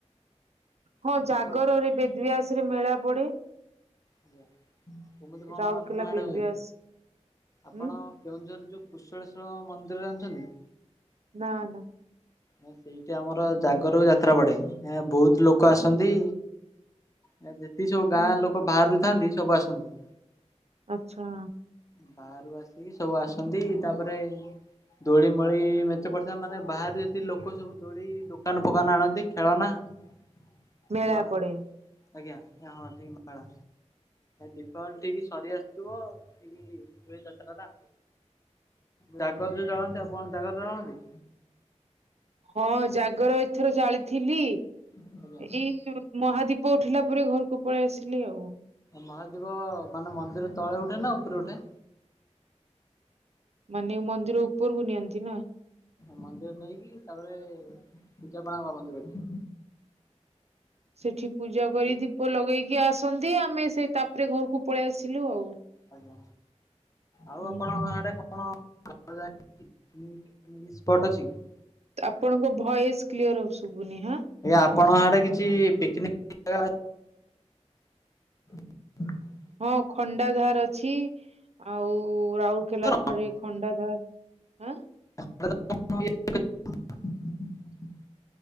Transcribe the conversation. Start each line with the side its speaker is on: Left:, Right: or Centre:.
Right: ହଁ
Left: ଏମିତି
Right: ଜାଗରରେ
Left: ପଡେ?
Right: ବେଦବ୍ୟାସ ରେ ମେଳା ପଡ଼େ।
Left: ଆଜ୍ଞା କେମିତି କଣ
Right: ରାଉରକେଲା
Left: ଆପଣ
Right: ବେଦବ୍ୟାସ
Left: ଆଡ଼େ ହୁଏ ଆପଣ।
Right: ହୁଁ
Left: <inaudible> କେଉଁଝର ଯୋଉ କୁଶଳେଶ୍ୱର୍ ମନ୍ଦିର ଜାଣିଛନ୍ତି?
Right: ନା ନା।
Left: ସେଇଠି ଆମର ଜାଗରକୁ ଯାତ୍ରା ପଡ଼େ ବହୁତ ଲୋକ ଆସନ୍ତି। ଯେତିକି ସବୁ ଗାଁ
Right: ହୁଁ
Left: ଲୋକ ବାହାରୁଥାନ୍ତି ସବୁ ଆସନ୍ତି।
Right: ଆଚ୍ଛା।
Left: ବାହାରୁ। ଆସିକି ସବୁ ଆସନ୍ତି ତାପରେ ଦୋଳି ମୋଳି ମେଞ୍ଚେ ପଡ଼ିଥାଏ ମାନେ ବାହାରେ। ଏତି ଲୋକ ସବୁ ଦୋଳି ଦୋକାନ ଫୋକାନ ଆଣନ୍ତି ଖେଳନା ସବୁ
Right: ମେଳା
Left: ଆଣନ୍ତି।
Right: ପଡେ।
Left: ଆଜ୍ଞା ହଁ ଠିକ୍ ମେଳା। ଦୀପାବଳି ବିଟି ସରି ଆସିଥିବ ଠିକ ହୁଏ ଯାତ୍ରା ଟା। ଜାଗର ଯୋଉ ଜଳନ୍ତି ଆପଣ ଜାଗର ଜାଳନ୍ତି?
Right: ହଁ ଜାଗର ଏଥର ଜାଳିଥିଲି
Left: ଆଜ୍ଞା
Right: ଏଇ ମହାଦୀପ ଉଠିଲା ପରେ ଘରକୁ ପଳେଇ ଆସିଲି ଆଉ।
Left: ମହାଦୀପ ମାନେ ମନ୍ଦିର ତଳେ ଉଠେ ନା ଉପରେ ଉଠେ?
Right: ମାନେ ମନ୍ଦିର ଉପରକୁ ନିଅନ୍ତି ନା।
Left: ମନ୍ଦିର ନେଇକି ତାପରେ ପୂଜାପଣା କରନ୍ତି ବୋଧେ।
Right: ସେଠି ପୂଜା କରି ଦୀପ ଲଗେଇକି ଆସନ୍ତି ଆମେ ସେଇ ତାପରେ ଘରକୁ ପଳେଇ ଆସିଲୁ ଆଉ।
Left: ଆଜ୍ଞା ଆଉ
Right: ହୁଁ
Left: ଆପଣ
Right: ହୁଁ।
Left: ଏଟା ଅଛି <unintelligible>
Right: ତ ଆପଣଙ୍କ ଭଏସ କ୍ଲିୟର ଶଭୁନି ହଁ।
Left: ଆପଣ ଆଡ଼େ କିଛି ପିକନିକ ଜାଗା ଅଛି? ହ <unintelligible>
Right: ହଁ ଖଣ୍ଡାଧାର ଅଛି ଆଉ ରାଉରକେଲା
Left: ତ?
Right: ଖରେ ଖଣ୍ଡାଧାର ଆଁ
Left: <unintelligible>